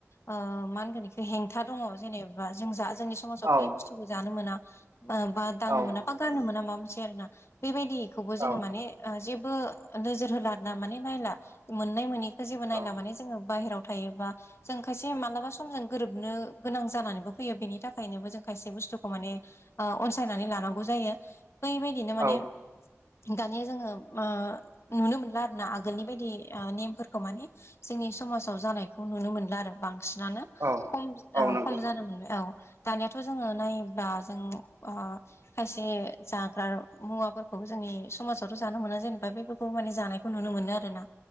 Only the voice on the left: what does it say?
ओ मा होनगोन इखौ हेंथा दङ' जेनेबा जों जा जोंनि समाजाव बे
बुस्थुखौ जानो मोना बा बा दांनो
मोना बा गाननो मोना माबा मोनसे आरोना। बेबायदिखौबो जोङो
माने ओ जेब ओ नोजोर होबा आरोना माने नायला मोननाय मोनैखौ जेबो
नायला माने जोङो बायहेराव थायोबा जों खायसे मानोबा समजों गोरोबनो गोनां जानानैबो फैयो बेनि थाखायनोबो जों खायसे बुस्थुखौ माने ओ अनसायनानै लानांगौ जा यो बैबायदिनो माने
दानिया जोङो ओ नुनो मोनला आरोना आगोलनि बायदि नेमफोरखौ माने जों नि समाजाव जानायखौ नुनो मोनला आरो बांसिनानो
खम ओ
खम जानो मोनबाय औ। दानियाथ' जोङो नायोब्ला जों ओ खायसे जाग्रा मुवाफोरखौ जोंनि समाजावथ' जानो मोना जेनेबा बेफोरखौ माने जानायखौ नुनो मोनो आरोना।